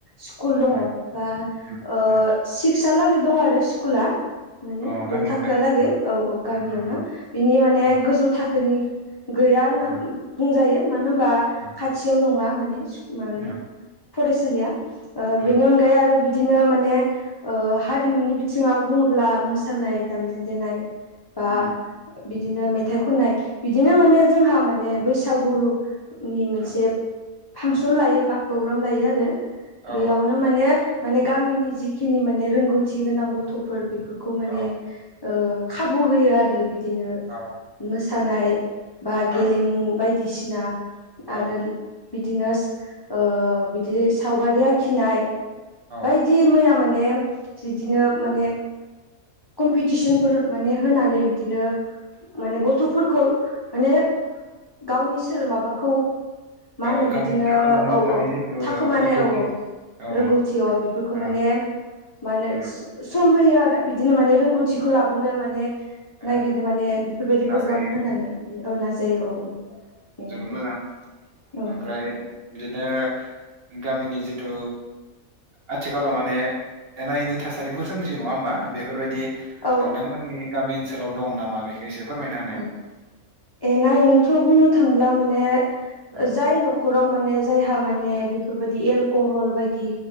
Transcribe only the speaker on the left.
स्कुल दङ
बा
ओ
सिक्सलागै दं आरो स्कुला। माने
द'
थाखोआ लागै
औ औ गामियावनो।
बिनि माने
गोजौ थाखोनि गैया होनना
बुंजायो मानो होनबा
खाथियाव नङा माने माबायाव
फरायसालिया
बेनि अनगायै ओाय आरो बिदिनो माने ओ हारिमुनि बिथिङाव बुङोब्ला मोसानाय दामनाय देनाय बा
बिदिनो मेथाइ खननाय बिदिनो माने जोंहा माने बैसागु नि मोनसे
फांसन लायो बा प्रग्राम लायो आरो
बेयावनो माने माने गामिनि जिखिनि माने रोंगौथि गोनां गथ'फोर बेफोरखौ माने
ओ खाबु होयो आरो बिदिनो
मोसानाय बा
गेलेमु बायदिसिना
आरो बिदिनो ओ बिदि सावगारि आखिनाय
बिायदि मैया माने बिदिनो माने कम्पिटिसनफोर माने होनानै बिदिनो माने गथ'फोरखौ माने गावनि सोर माबाखौ मा
होनो
बिदिनो
औ
औ
थाखोमानाय
औ औ
रोंगौथियाव बेफोरखौ
माने मा होनो?
सम होयो आरो बिदिनो माने रोंगौथिखौ लाबोनो माने ननायागिरो
माने बेफोरबायदि
प्रग्राम होनानै। बिदि औ नाजायो औ औ बेनो
आरो
औ
औ
औ एना एनिथ' बुंनो थांब्ला माने
जाय न'खराव माने जायहा माने बेफोरबायदि एलकहल बायदि